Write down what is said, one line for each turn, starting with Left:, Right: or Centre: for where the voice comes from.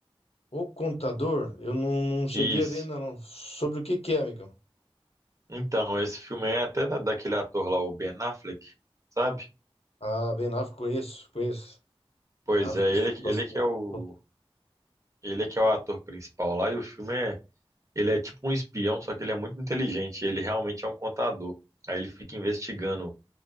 Left: O Contador, eu não, não cheguei
Right: Isso.
Left: a ver, não. não. Sobre o que que é, amigão?
Right: Então, esse filme é até da- daquele ator lá, o Ben Affleck, sabe?
Left: Ah, Ben Affleck, conheço, conheço.
Right: Pois
Left: Ben Affleck,
Right: é,
Left: eles
Right: ele,
Left: fazem bastante.
Right: ele que é o
Left: Bom,
Right: ele que é o ator principal lá e o filme é ele é tipo um espião, só que ele é muito inteligente, ele realmente é um contador. Aí ele fica investigando